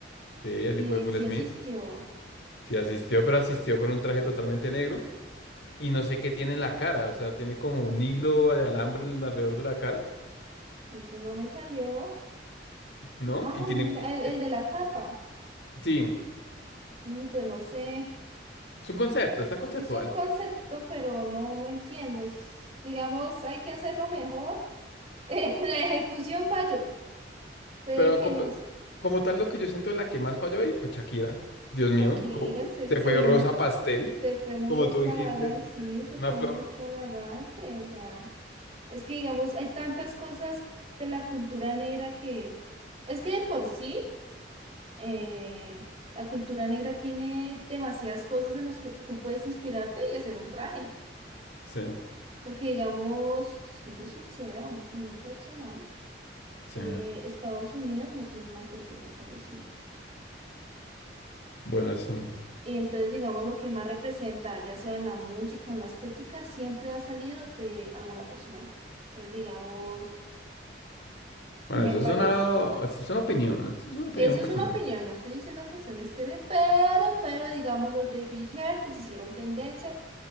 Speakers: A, on the left; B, on the right.
A: Sí, el
B: Y
A: hijo de
B: él
A: Will
B: sí
A: Smith.
B: asistió.
A: Sí asistió, pero asistió con un traje totalmente negro. Y no sé qué tiene en la cara. O sea, tiene como un hilo de alambre en- alrededor de la cara,
B: Eso no me salió.
A: ¿no?
B: Ah,
A: Y tiene...
B: mira, el, el de la capa.
A: Sí,
B: Mm, Pues no sé,
A: es un concepto, está conceptual.
B: es un concepto, pero no, no entiendo. Es- digamos, hay que hacerlo mejor. <laughs> Eh, la ejecución falló. Puede
A: Pero
B: que
A: como,
B: nos...
A: como tal, lo que yo siento la que más falló ahí fue Shakira. Dios mío,
B: Shakira
A: co- co-
B: se,
A: se
B: se
A: fue
B: ve
A: rosa
B: mu-
A: pastel,
B: se fue muy
A: como
B: extravagante,
A: tú dijiste, es
B: sí, se
A: es una
B: fue
A: flor.
B: muy extravagante. O sea, es que digamos, hay tantas cosas de la cultura negra que... Es que de por sí, eh, la cultura negra tiene demasiadas cosas en las que tú puedes inspirarte y hacer un traje.
A: Sí,
B: Porque, digamos, siendo sincera, una opinión personal,
A: sí.
B: eh, Estados Unidos no tiene una cultura establecida.
A: Bueno, sí.
B: Y entonces, digamos, lo que más representa, ya sea en la música, en la estética, siempre ha salido de alguna persona negra. Entonces, digamos,
A: Bueno,
B: me
A: eso
B: parece.
A: es una, eso es una opinión, eso es una opinión
B: Eso
A: personal.
B: es una opinión, no estoy diciendo que sea un estéreo, pero, pero, digamos, los baby hair que se hicieron tendencia,